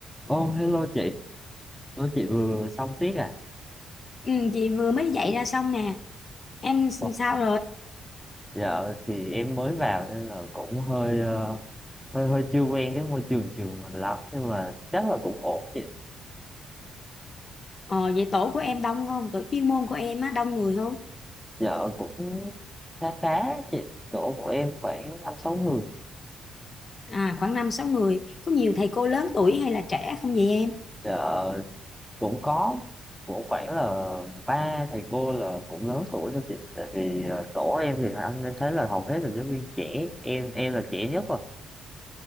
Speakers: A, in the centre; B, on the left (about 40°).
A: Ô, hello chị, Ủa, chị vừa vừa xong tiết à?
B: Ừ, chị vừa mới dạy ra xong nè em s-
A: Ồ,
B: sao rồi
A: Dạ thì em mới vào nên là cũng hơi ờ, hơi hơi chưa quen cái môi trường trường mình lắm nhưng mà chắc là cũng ổn chị.
B: ờ, vậy tổ của em đông không tổ chuyên môn của em á đông người không
A: Dạ cũng khá khá chị, tổ của em khoảng năm sáu người.
B: à khoảng năm sáu người có nhiều thầy cô lớn tuổi hay là trẻ không vậy em
A: Dạ cũng có cũng khoảng là ba thầy cô là cũng lớn tuổi thôi chị. Tại vì ờ, tổ em thì anh thấy là hầu hết là giáo viên trẻ, em em là trẻ nhất rồi.